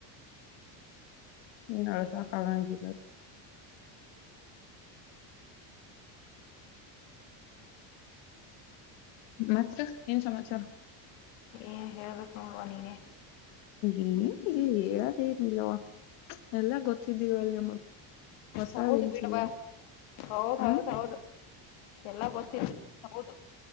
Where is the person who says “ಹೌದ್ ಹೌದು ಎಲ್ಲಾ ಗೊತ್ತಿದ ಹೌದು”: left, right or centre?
Left